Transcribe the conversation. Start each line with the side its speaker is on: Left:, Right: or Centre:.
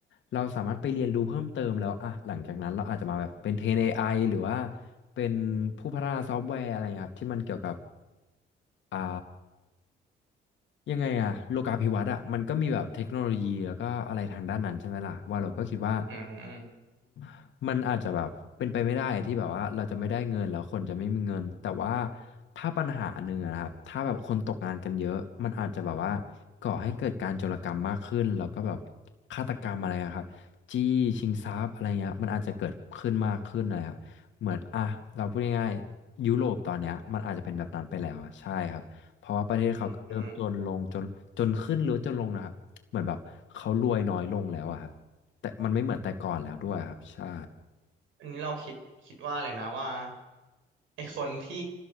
Left: เราสามารถไปเรียนรู้เพิ่มเติมแล้วอะหลังจากนั้นเราอาจจะมาแบบเป็นเทรนเอไ i หรือว่าเป็นผู้พัฒนาซอฟต์แวร์อะไรอย่างเงี้ยครับที่มันเกี่ยวกับอ่า ยังไงอะโลกาภิวัตน์อะมันก็มีแบบเทคโนโลยีแล้วก็อะไรทางด้านนั้นใช่ไหมล่ะว่าเราก็คิดว่า
Right: อืม
Left: <laughs> มันอาจจะแบบเป็นไปไม่ได้ที่แบบว่าเราจะไม่ได้เงินแล้วคนจะไม่มีเงินแต่ว่าถ้าปัญหาหนึ่งอะนะครับถ้าแบบคนตกงานกันเยอะมันอาจจะแบบว่าก่อให้เกิดการโจรกรรมมากขึ้นแล้วก็แบบฆาตกรรมอะไรอะครับจี้ชิงทรัพย์อะไรเงี้ยมันอาจจะเกิดขึ้นมากขึ้นนะครับเหมือนอ่ะเราพูดง่ายๆยุโรปตอนเนี้ยมันอาจจะเป็นแบบนั้นไปแล้วอะใช่ครับ เพราะว่าประเทศเขาก็เริ่มจนลงจนจนขึ้นหรือจนลงนะครับเหมือนแบบเขารวยน้อยลงแล้วอะครับแต่มันไม่เหมือนแต่ก่อนแล้วด้วยครับใช่
Right: อืมอันนี้เราคิดคิดว่าเลยนะว่าไอ้คนที่